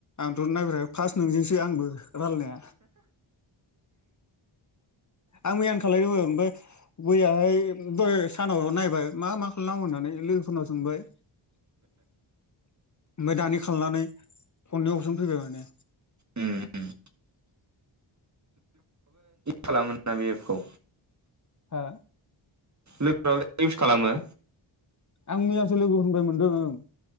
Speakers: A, on the left; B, on the right.
A: आंथ' नायब्र फार्स्ट नोंजोंसो आंबो। रायलायनाया। आं मैयानो खालायदोंमोन ओमफ्राय मैयाहाय दहाय सानाव नायबाय मा मा खालामनांगौ होननानै लोगोफोरनाव सोंबाय ओमफ्राय दानि खालामनानै फननि अपसन फैबाय माने।
B: उम खालामोना बे एप खौ।
A: हो
B: लोगोफोराबो इउस खालामो?
A: आं मैयासो लोगोफोरनिफ्राय मोनदों ओं।